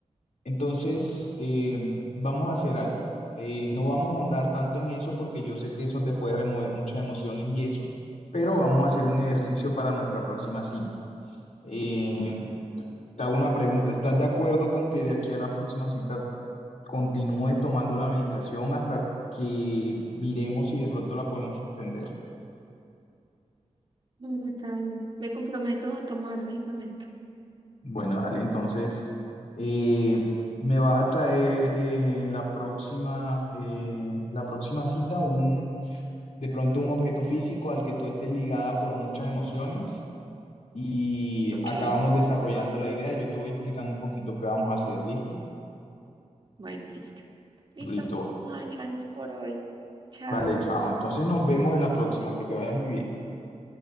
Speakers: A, on the left (about 85°); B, on the right (about 40°).
A: Entonces, eh, vamos a hacer algo. Eh, no vamos a ahondar tanto en eso porque yo sé que eso te puede remover muchas emociones y eso, pero vamos a hacer un ejercicio para nuestra próxima cita. Eh, te hago una pregunta. ¿Estás de acuerdo con que de aquí a la próxima cita continúes tomando la medicación hasta que miremos si de pronto la podemos suspender?
B: Bueno, está bien. Me comprometo a tomar medicamentos.
A: Bueno, dale, entonces, eh, me vas a traer eh, la próxima, eh, la próxima cita un de pronto un objeto físico al que tú estés ligada por muchas emociones y
B: Ok,
A: acabamos desarrollando la idea. Yo te voy explicando un poquito qué vamos a hacer, ¿listo?
B: bueno, listo. Listo,
A: Listo, bueno.
B: Juan, gracias por hoy. Chao.
A: Vale, chao. Entonces nos vemos en la próxima, que te vaya muy bien.